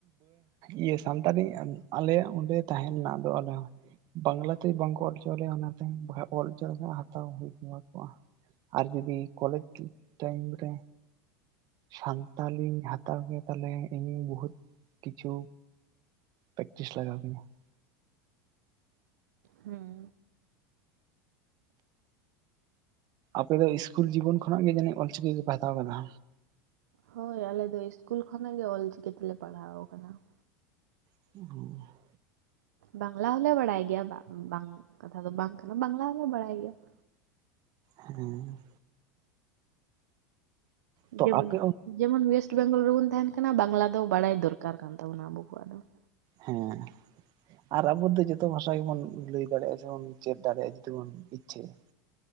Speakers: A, on the right; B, on the right.
A: ᱤᱭᱟᱹ ᱥᱟᱱᱛᱟᱲᱤ ᱟᱞᱮᱭᱟᱜ ᱚᱸᱰᱮ ᱛᱟᱦᱮᱸᱱ ᱢᱟ ᱟᱫᱚ ᱟᱞᱮ ᱦᱚᱸ ᱵᱟᱝᱞᱟᱛᱮ ᱵᱟᱝᱠᱚ ᱚᱞ ᱦᱚᱪᱚ ᱞᱮᱭᱟ ᱚᱱᱟᱛᱮ ᱵᱟᱠᱷᱟᱱ ᱚᱞ ᱦᱚᱪᱚ ᱞᱮᱠᱷᱟᱱ ᱦᱟᱛᱟᱣ ᱦᱩᱭ ᱠᱚᱣᱟ ᱾ ᱟᱨ ᱡᱩᱫᱤ ᱠᱚᱞᱮᱡᱽ ᱴᱟᱭᱤᱢ ᱨᱮ ᱥᱟᱱᱛᱟᱞᱤ ᱦᱟᱛᱟᱣ ᱠᱮᱤᱧ ᱛᱟᱦᱞᱮ ᱤᱧ ᱵᱚᱦᱩᱛ ᱠᱤᱪᱷᱩ ᱯᱮᱠᱴᱤᱥ ᱞᱟᱜᱟᱣ ᱠᱤᱧᱟ ᱾
B: ᱦᱩᱸ
A: ᱟᱯᱮ ᱫᱚ ᱤᱥᱠᱩᱞ ᱡᱤᱵᱚᱱ ᱠᱷᱚᱱᱟᱜ ᱜᱮ ᱡᱟᱱᱤᱡ ᱚᱞᱪᱤᱠᱤ ᱜᱮᱯᱮ ᱦᱟᱛᱟᱣ ᱠᱟᱫᱟ?
B: ᱦᱳᱭ ᱟᱞᱮ ᱫᱚ ᱤᱥᱠᱩᱞ ᱠᱷᱚᱱᱟᱜ ᱜᱮ ᱚᱞᱪᱤᱠᱤ ᱛᱮᱞᱮ ᱯᱟᱲᱦᱟᱣ ᱠᱟᱱᱟ ᱾
A: <unintelligible>
B: ᱵᱟᱝᱞᱟ ᱦᱚᱞᱮ ᱵᱟᱲᱟᱭ ᱜᱮᱭᱟ ᱵᱟᱝ ᱵᱟᱝ ᱠᱟᱛᱷᱟ ᱫᱚ ᱵᱟᱝ ᱠᱟᱱᱟ ᱵᱟᱝᱞᱟ ᱦᱚᱞᱮ ᱵᱟᱲᱟᱭ ᱜᱮᱭᱟ ᱾
A: ᱦᱮᱸ ᱛᱚ
B: ᱡᱮᱢᱚᱱ
A: ᱟᱯᱮ ᱚᱱ
B: ᱡᱮᱢᱚᱱ ᱚᱭᱮᱥᱴ ᱵᱮᱝᱜᱚᱞ ᱨᱮᱵᱚᱱ ᱛᱟᱦᱮᱱ ᱠᱟᱱᱟ ᱵᱟᱝᱞᱟ ᱫᱚ ᱵᱟᱲᱟᱭ ᱫᱚᱨᱠᱟᱨ ᱠᱟᱱ ᱛᱟᱵᱚᱱᱟ ᱟᱵᱚ ᱠᱚᱣᱟᱜ ᱫᱚ ᱾
A: ᱦᱮᱸ ᱟᱨ ᱟᱵᱚ ᱫᱚ ᱡᱚᱛᱚ ᱵᱷᱟᱥᱟ ᱜᱮᱵᱚᱱ ᱞᱟᱹᱭ ᱫᱟᱲᱮᱭᱟᱜᱼᱟ ᱥᱮᱵᱚᱱ ᱪᱮᱫ ᱫᱟᱲᱮᱭᱟᱜᱼᱟ ᱡᱩᱫᱤ ᱵᱚᱱ ᱤᱪᱪᱷᱟᱹᱭᱟ ᱾